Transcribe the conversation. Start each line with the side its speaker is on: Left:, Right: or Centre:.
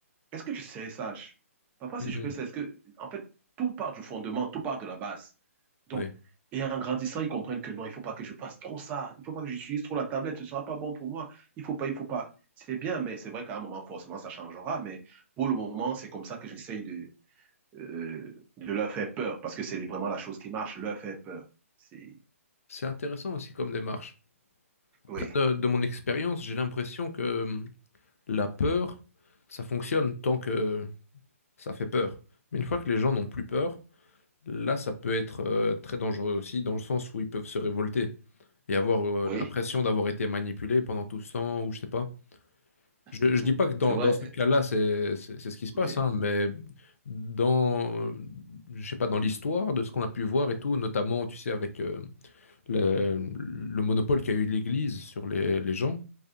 Right: est-ce que je serais sage Papa,
Left: Mhm.
Right: si je fais ça, est-ce que. En fait, tout part du fondement, tout part de la base. Donc,
Left: Oui.
Right: et en grandissant, ils comprennent que non, il ne faut pas que je fasse trop ça, il ne faut pas que j'utilise trop la tablette, ce ne sera pas bon pour moi, il ne faut pas, il ne faut pas. C'est bien, mais c'est vrai qu'à un moment, forcément, ça changera. Mais pour le moment, c'est comme ça que j'essaye de, euh, de leur faire peur, parce que c'est vraiment la chose qui marche, leur faire peur. C'est...
Left: C'est intéressant aussi comme démarche. Après,
Right: Oui.
Left: de, de mon expérience, j'ai l'impression que hum, la peur, ça fonctionne tant que ça fait peur. Mais une fois que les gens n'ont plus peur, Là, ça peut être euh, très dangereux aussi, dans le sens où ils peuvent se révolter et avoir euh,
Right: Oui,
Left: l'impression d'avoir été manipulés pendant tout ce temps, ou je sais pas. Je,
Right: <laughs>
Left: je dis pas que dans,
Right: c'est vrai.
Left: dans ce cas-là, c'est c'est- c'est ce qui se
Right: Oui.
Left: passe, hein, mais dans, euh, je sais pas, dans l'histoire de ce qu'on a pu voir et tout, notamment, tu sais, avec euh, le, le monopole qu'a eu l'Église sur les, les gens,